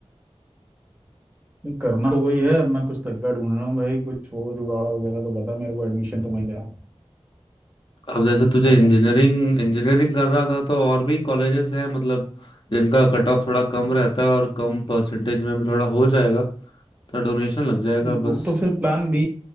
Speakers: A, on the right (about 15°); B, on the left (about 50°).
A: नहीं, करना तो वही है अब मैं कुछ तरीका ढूंढ रहा हूँ भाई कुछ हो जुगाड़ वगैरह तो बता मेरे को एडमिशन तो मिल जाए
B: अब जैसे तुझे
A: अपन
B: इंजीनियरिंग इंजीनियरिंग कर रहा था तो और भी कॉलेजेस हैं मतलब जिनका कट ऑफ थोड़ा कम रहता है और कम परसेंटेज में भी थोड़ा हो जाएगा तो डोनेशन लग जाएगा
A: वो
B: बस
A: तो फिर प्लान बी